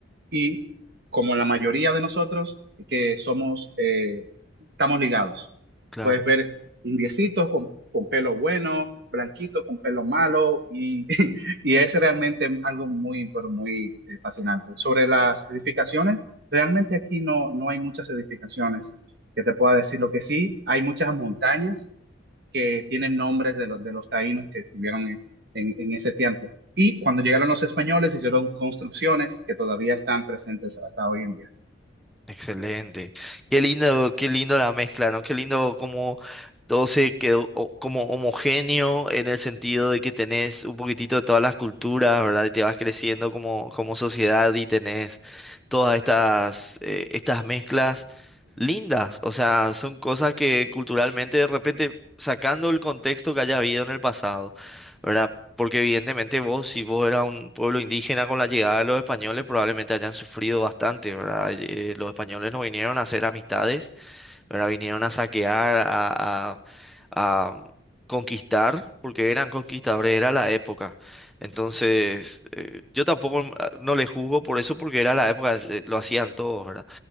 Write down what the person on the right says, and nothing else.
y como la mayoría de nosotros que somos, eh, estamos ligados.
Puedes ver indiecitos con, con pelo bueno, blanquitos con pelo malo y, <laughs> y es realmente algo muy, pero muy eh, fascinante. Sobre las edificaciones, realmente aquí no, no hay muchas edificaciones que te pueda decir. Lo que sí, hay muchas montañas que tienen nombres de los, de los taínos que estuvieron en, en- en ese tiempo. Y cuando llegaron los españoles, hicieron construcciones que todavía están presentes hasta hoy en día.